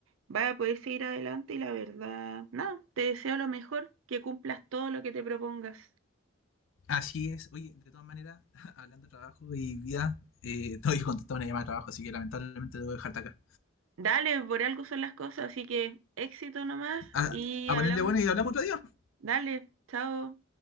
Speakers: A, on the right (about 75°); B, on the left (about 70°).
A: vas a poder seguir adelante y la verdad, nada, te deseo lo mejor, que cumplas todo lo que te propongas.
B: así es. Oye, de todas maneras, <laughs> hablando de trabajo y vida, eh, <laughs> todavía contestado una llamada de trabajo, así que lamentablemente debo dejarte acá.
A: Dale, por algo son las cosas, así que éxito nomás
B: A,
A: y
B: a
A: hablamos.
B: ponerle bueno y hablamos otro día. Chao.
A: Dale, chao.